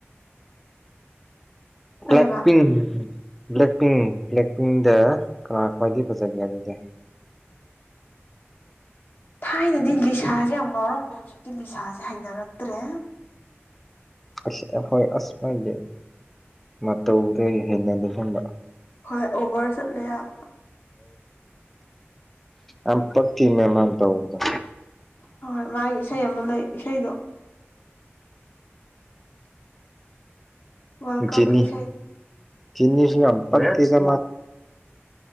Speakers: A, on the left; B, in the centre.
A: ꯀꯩꯕ
B: ꯕ꯭ꯂꯦꯛ ꯄꯤꯡ ꯕ꯭ꯂꯦꯛ ꯄꯤꯡ ꯕ꯭ꯂꯦꯛ ꯄꯤꯡꯗ ꯀꯅꯥ ꯈ꯭ꯋꯥꯏꯗꯒꯤ ꯐꯖꯒꯦ ꯑꯗꯨꯗꯤ
A: ꯊꯥꯏꯅꯗꯤ ꯂꯤꯁꯥꯁꯦ ꯌꯥꯝ ꯉꯥꯎꯔꯝꯃꯦ ꯍꯧꯖꯤꯛꯇꯤ ꯂꯤꯁꯥꯁꯦ ꯍꯩꯅꯔꯛꯇ꯭ꯔꯦ
B: ꯑꯩꯈꯣꯏ ꯑꯁꯃꯥꯏꯗꯤ ꯃꯇꯧꯗ ꯍꯩꯅ ꯂꯣꯏꯁꯤꯟꯕ
A: ꯍꯣꯏ ꯑꯣꯚꯔ ꯆꯠꯂꯦ ꯌꯥꯝ
B: ꯑ ꯄꯊ ꯃ ꯃꯥꯟꯇꯥꯗ
A: ꯍꯣꯏ ꯃꯥꯒꯤ ꯏꯁꯩ ꯑꯃ ꯂꯩ ꯏꯁꯩꯗꯣ ꯋꯥꯔꯜ ꯀꯞꯀꯤ
B: ꯆꯅꯤ
A: ꯏꯁꯩ
B: ꯆꯅꯤꯁꯨ ꯌꯥꯝ ꯄꯤ ꯀꯁ